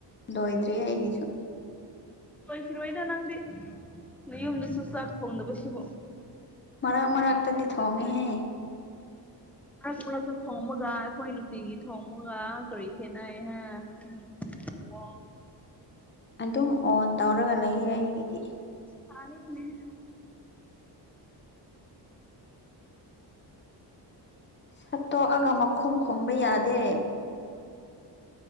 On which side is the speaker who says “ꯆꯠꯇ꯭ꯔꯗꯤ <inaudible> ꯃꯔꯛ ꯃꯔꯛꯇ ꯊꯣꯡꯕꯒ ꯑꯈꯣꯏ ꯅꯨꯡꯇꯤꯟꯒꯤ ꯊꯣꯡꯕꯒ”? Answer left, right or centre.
Centre